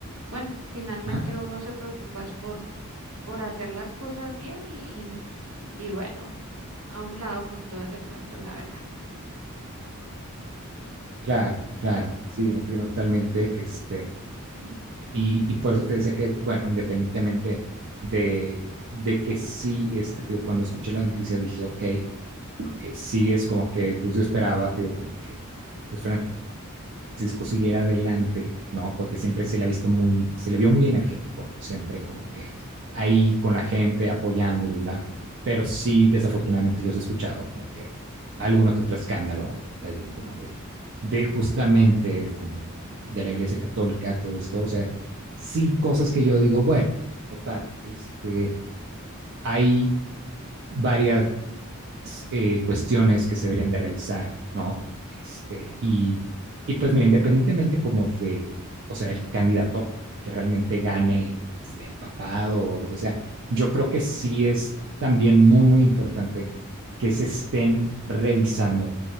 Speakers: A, on the right (about 75°); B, on the right (about 60°).
A: bueno, finalmente
B: Ajá,
A: uno se preocupa es por, por hacer las cosas bien y, y, y bueno, a un lado con todo ese cuento, la verdad.
B: claro, claro, sí, entiendo totalmente. Este, y, y por eso te decía que, bueno, independientemente de, de que sí, este, tío, cuando escuché la noticia dije, ok, eh, sí es como que, pues yo esperaba, digo, como que, pues Francisco siguiera adelante, ¿no? Porque siempre se le ha visto muy, se le vio muy energético, siempre como que ahí con la gente, apoyando y bla, bla. Pero sí, desafortunadamente yo os he escuchado como que alguno que otro escándalo, te digo, como de, de justamente, como de, de la Iglesia Católica, todo esto, o sea, sí cosas que yo digo, bueno, total, este, hay varias eh, cuestiones que se deberían de realizar, ¿no? Este, y, y pues mira, independientemente como de, o sea, el candidato que realmente gane pues, el papado o lo que sea, yo creo que sí es también muy, muy importante que se estén revisando